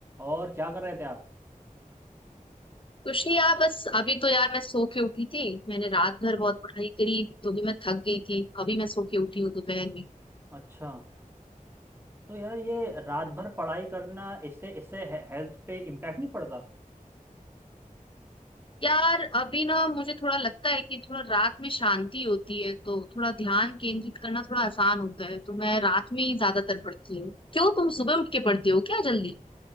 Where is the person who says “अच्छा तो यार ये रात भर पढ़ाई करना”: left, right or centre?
Right